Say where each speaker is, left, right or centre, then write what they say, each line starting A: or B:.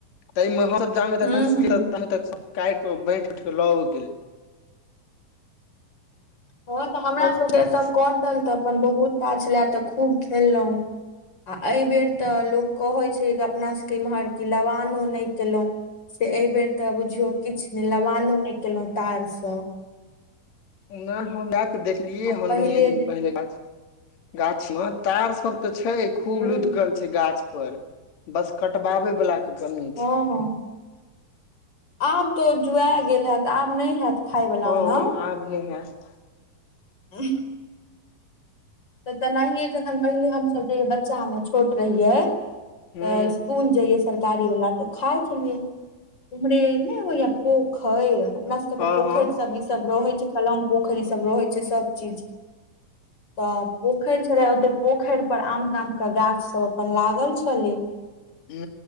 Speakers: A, on the left; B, on the left.
A: तमे हम। तामे तक
B: हूं
A: पहुँचलियै
B: हूं
A: तामे तक सब काटिकऽ बाँ उटिक लऽ हो गेलै।
B: हँ तऽ हमरा
A: तब
B: सभके एतय कटल तऽ अपन बहुत ताज लए तऽ खूब खेललहुँ। आ एहि बेेर तऽ लोक कहै छै अपना सभके इम्हर कि लवानो नहि कयलहुँ से एहि बेेर तऽ बुझियौ किछु नहि लबानो नहि केलहुँ तारसँ
A: नहि हम जा कऽ देख लि
B: आ
A: हडनीय
B: पहिले
A: दिन
B: जे
A: पहिले गाछ में तार सब ते छै खूब
B: हूँ
A: लुदगल छै गाछ पर बस कटबाबे बला के कमी
B: हँ
A: छै
B: हँ आब तो जुआ गेल हयत आब नहि हत खााय वला
A: हँ
B: ओना।
A: आब नहि हैत।
B: उँव। तऽ तेनाहिए जखन पहिले हमसभ जेहियै बच्चामे छोट रहियै।
A: हूँ
B: तऽ स्कुल जइये सरकारी वला तऽ। खाय छलिए उमरे ने ओह यऽ पोखेर अपना। कत
A: हँ
B: पोखरि
A: हँ
B: सब ई सब रहै छै कलम पोखरि ई सब रहै छै सब चीज तऽ पोखरि छले ओते पोखरि पर आम ताम के गाछ सब अपन लागल छलै
A: हू